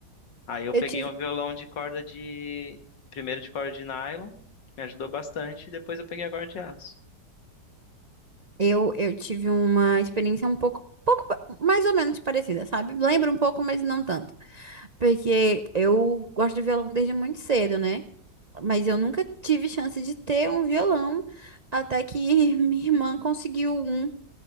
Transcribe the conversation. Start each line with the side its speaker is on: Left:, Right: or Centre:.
Left: Aí eu
Right: Eu
Left: peguei
Right: tive,
Left: um violão de corda de. Primeiro de corda de nylon, me ajudou bastante, e depois eu peguei a corda de aço.
Right: eu, eu tive uma experiência um pouco, pouco, pa- mais ou menos parecida, sabe? Lembro um pouco, mas não tanto. Porque eu gosto de violão desde muito cedo, né? Mas eu nunca tive chance de ter um violão até que <laughs> minha irmã conseguiu um.